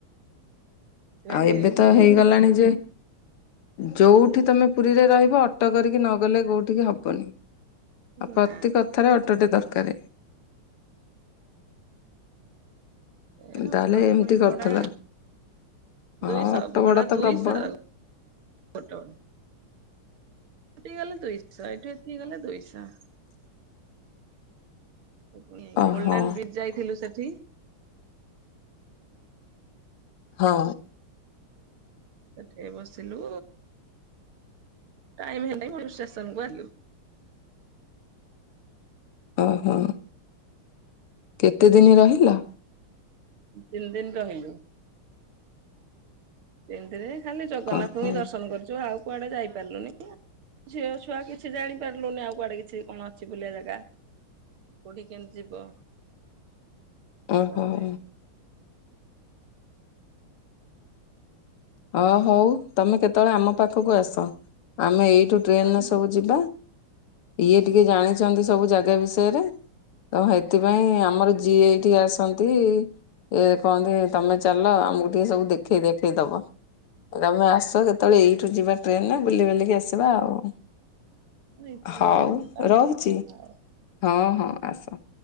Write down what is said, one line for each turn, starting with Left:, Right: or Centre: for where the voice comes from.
Right: ସେଥିପାଇଁ
Left: ଆଉ
Right: ନେଇ
Left: ଏବେ
Right: ଯାଇଥିଲୁ
Left: ତ ହେଇଗଲାଣି
Right: ଆଉ।
Left: ଯେ। ଯୋଉଠି ତମେ ପୁରୀରେ ରହିବ ଅଟୋ କରିକି ନଗଲେ କୋଉଠିକି ହବନି। ଆଉ ପ୍ରତି
Right: ନା
Left: କଥାରେ ଅଟୋଟେ ଦରକାର।
Right: ଏ
Left: ତାହେଲେ
Right: ଓଟ
Left: ଏମିତି
Right: ପୁଣି
Left: କରିଥିଲ
Right: ଭଡା,
Left: ହଁ
Right: ଦୁଇଶହ
Left: ଅଟୋ
Right: ଭଡା
Left: ତ
Right: ଦୁଇଶହ।
Left: ପ୍ରବଳ
Right: ଅଟ ଠିକି ଗଲେ ଦୁଇଶହ ଏଇଠୁ ଏତିକି ଗଲେ ଦୁଇଶହ। ପୁଣି
Left: ଓହୋ
Right: ଗୋଲ୍ଡେନ ବୀଚ ଯାଇଥିଲୁ ସେଠି।
Left: ହଁ।
Right: ସେଠି ବସିଲୁ ଟାଇମ ହେଲାରୁ ଷ୍ଟେସନ କୁ ଆସିଲୁ
Left: ଓହୋ। କେତେ ଦିନ ରହିଲ
Right: ତିନି ଦିନ ରହିଲୁ ସେମିତିରେ ଖାଲି ଜଗନ୍ନାଥଙ୍କୁ
Left: ଓହୋ
Right: ହିଁ ଦର୍ଶନ କରିଛୁ ଆଉ, କୁଆଡେ ଯାଇ ପାରିଲୁନି ଝିଅ ଛୁଆ କିଛି ଜାଣି ପାରିଲୁନି ଆଉ କୁଆଡେ କିଛି କଣ କିଛି ବୁଲିବା ଜାଗା କୋଉଠି କେମତି ଯିବ
Left: ଓହୋ।
Right: ଆମେ
Left: ହ ହଉ ତମେ କେତେବେଳେ ଆମ ପାଖକୁ ଆସ ଆମେ ଏଇଠ ଟ୍ରେନରେ
Right: ହଁ ହଁ
Left: ସବୁ ଯିବା ଇଏ ଟିକେ ଜାଣିଛନ୍ତି ସବୁ ଜାଗା ବିଷୟରେ ତ ସେଥିପାଇଁ ଆମର ଯିଏ ଏଠିକି ଆସନ୍ତି ଏ କହନ୍ତି ତମେ ଚାଲ ଆମକୁ ଟିକେ ସବୁ ଦେଖେଇ ଦେଖେଇ ଦବ। ତମେ ଆସ କେତେବେଳେ ଏଇଠୁ ଯିବା ଟ୍ରେନରେ ବୁଲି ବାଲିକି ଆସିବା ଆଉ
Right: ଏଇଥିରେ
Left: ହଉ
Right: ଗଲେ ଯିବା
Left: ରହୁଛି
Right: ଆଉ
Left: ହଁ ହଁ ଆସ।